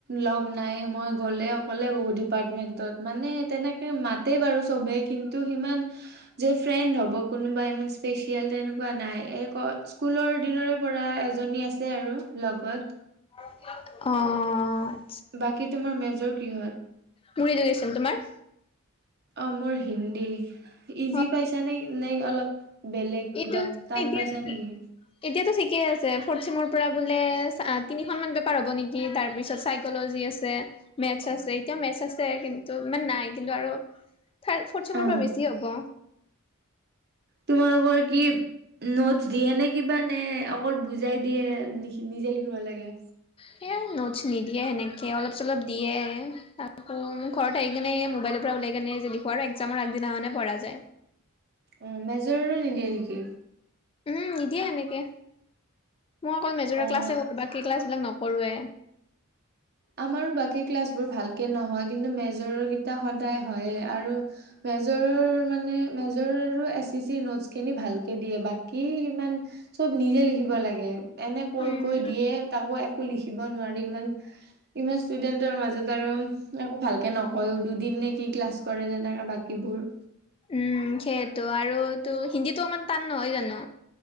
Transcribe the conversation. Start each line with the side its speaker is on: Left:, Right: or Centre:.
Right: লগ নাই মই গ'লে অকলে বহো ডিপাৰ্টমেন্টত মানে তেনেকে মাতে বাৰু চবে কিন্তু সিমান যে ফ্ৰেণ্ড হ'ব কোনোবা ইমান স্পেচিয়েল তেনেকুৱা নাই। স্কুলৰ দিনৰে পৰা এজনী আছে আৰু লগত।
Left: অৱ।
Right: বাকী তোমাৰ মেজৰ কিহত?
Left: মোৰ এডুকেশ্যন তোমাৰ?
Right: অ মোৰ হিন্দী, ইজি
Left: অ
Right: পাইছা নে নে অলপ বেলেগ কিবা
Left: এইটো
Right: টান
Left: এতিয়াতো
Right: পাইছা
Left: কি?
Right: নেকি?
Left: এতিয়াতো ঠিক। ঠিকে আছে ফ'ৰ্থ চেমৰ পৰা বোলে তিনিখনমান পেপাৰ হ'ব নেকি? তাৰপিছত চাইক'ল'জি আছে। মেথছ আছে এতিয়াও মেথছ আছে কিন্তু ইমান নাই কিন্তু আৰু থাৰ্ড ফৰ্থ চেমৰ
Right: অ
Left: পৰা বেছি হ'ব।
Right: তোমালোকৰ কি নোট দিয়ে নে কিবা নে অকল বুজাই দিয়ে, নিজে লিখিব লাগে।
Left: সেয়াই নোটছ নিদিয়ে সেনেকে অলপ চলপ দিয়ে। আকৌ মোৰ ঘৰত আহি কিনে মোবাইলৰ পৰা উলাই কেনে লিখো আৰু একজামৰ আগদিনা মানে পঢ়া যায়।
Right: অ মেজৰৰে নিদিয়ে নেকি?
Left: উম নিদিয়ে এনেকে মই অকল মেজৰ
Right: অ
Left: ক্লাছে কৰ বাকী ক্লাছবিলাক নক কৰোৱে।
Right: আমাৰো বাকী ক্লাছ বোৰ ভালকে নহয় কিন্তু মেজৰৰ কেইটা সদায় হয়ে আৰু মেজৰৰ মানে মেজৰ আৰু এছ চি চি নোটচখিনি ভালকে দিয়ে বাকী ইমান চব নিজে লিখিব লাগে এনে কৈ
Left: উম
Right: কৈ দিয়ে তাকো একো লিখিব নোৱাৰি ইমান ইমান ষ্টুডেন্টৰ মাজত আৰু একো ভালকে নকয়ও দুদিন নে কি ক্লাছ কৰে তেনেকা বাকীবোৰ
Left: উম সেইটো আৰু এইটো হিন্দীটো অমান টান নহয় জানো।